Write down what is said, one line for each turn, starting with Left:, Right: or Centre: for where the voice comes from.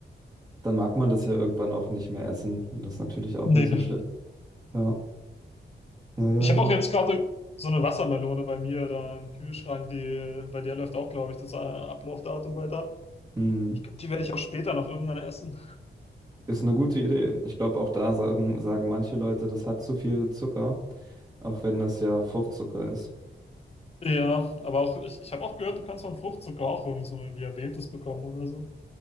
Right: dann mag man das ja irgendwann auch nicht mehr essen. Und das ist natürlich auch
Left: Nee.
Right: nicht so schön. Ja, ja, ja,
Left: Ich
Right: ja.
Left: habe auch jetzt gerade so eine Wassermelone bei mir da im Kühlschrank, die, bei der läuft auch, glaube ich, das äh, Ablaufdatum bald ab.
Right: Hm.
Left: Ich glaube, die werde ich auch später noch irgendwann essen.
Right: Ist eine gute Idee. Ich glaube, auch da sagen, sagen manche Leute, das hat zu viel Zucker, auch wenn das ja Fruchtzucker ist.
Left: Ja, aber auch, ich, ich habe auch gehört, du kannst von Fruchtzucker auch irgend so eine Diabetes bekommen oder so.